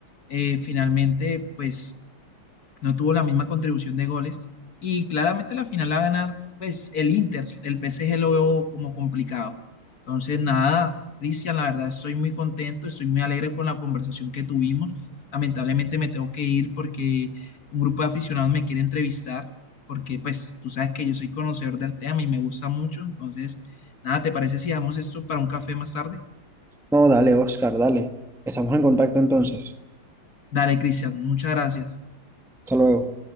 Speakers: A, on the left; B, in the centre.
A: eh, finalmente pues no tuvo la misma contribución de goles y claramente la final la va a ganar pues el Inter, el PSG lo veo como complicado. Entonces nada, Cristian, la verdad estoy muy contento, estoy muy alegre con la conversación que tuvimos. Lamentablemente me tengo que ir porque un grupo de aficionados me quiere entrevistar porque pues tú sabes que yo soy conocedor del tema y me gusta mucho. Entonces nada, ¿te parece si dejamos esto para un café más tarde?
B: No, dale, Oscar, dale. Estamos en contacto entonces.
A: Dale, Cristian, muchas gracias.
B: Hasta luego.